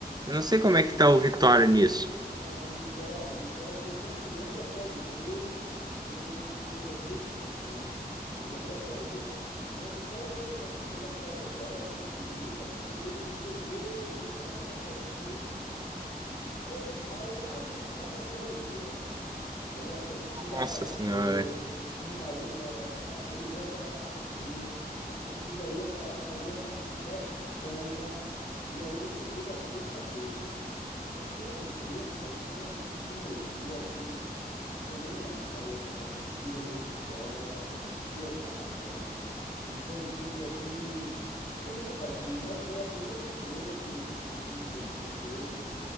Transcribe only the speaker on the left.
Não, o Vitória, o Vitória foi campeão da Série B no, em 2023. Ele jogou a Série B. Não, o Vitória teve, um, teve uma trajetória assim bonita, porque ele chegou, ele caiu para a Série C, Ficou mal, quase cai para a Série D, rapaz. Aí a torcida
abraçou,
invadiu, é, é, é, o ingresso era baratinho, a torcida ia para fazer uma festona, e aí ele subiu da C para B. E na Série B, rapaz, foi uma sinergia assim fenomenal. A torcida do Vitória enchia o Barradão e foi um título assim como eu nunca vi, né? Foi a primeira estrela que, que o time botou no peito